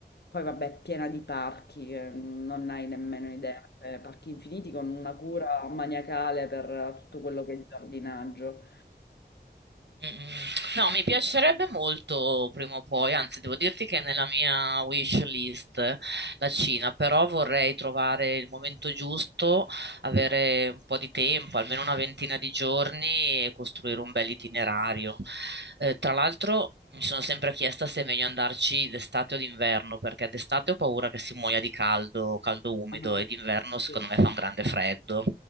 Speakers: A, on the left; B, on the right.
A: poi vabbè, è piena di parchi, eh, non hai nemmeno idea, eh, parchi infiniti con una cura maniacale per tutto quello che è il giardinaggio.
B: Mm, mm. No, mi piacerebbe molto prima o poi, anzi devo dirti che è nella mia wish list la Cina, però vorrei trovare il momento giusto, avere un po' di tempo, almeno una ventina di giorni e costruire un bel itinerario. Eh, tra l'altro mi sono sempre chiesta se è meglio andarci d'estate o d'inverno, perché d'estate ho paura che si muoia di caldo, caldo umido
A: Ah, no.
B: e d'inverno secondo
A: sì,
B: me fa un grande freddo.